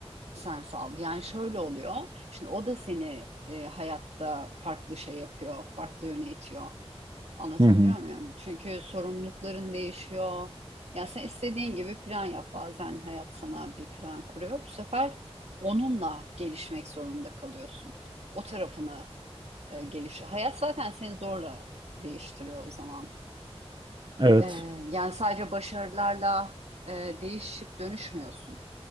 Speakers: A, on the right (about 75°); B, on the right (about 45°).
A: sen sağ Yani şöyle oluyor. Şimdi o da seni e, hayatta farklı şey yapıyor, farklı yöne itiyor. Anlatabiliyor
B: abla. Hı hı.
A: muyum? Çünkü sorumlulukların değişiyor. Yani sen istediğin gibi plan yap. Bazen hayat sana bir plan kuruyor. Bu sefer onunla gelişmek zorunda kalıyorsun. O tarafını e, geliş. Hayat zaten seni zorla değiştiriyor o zaman.
B: Evet.
A: Ee, yani sadece başarılarla e, değişip dönüşmüyorsun.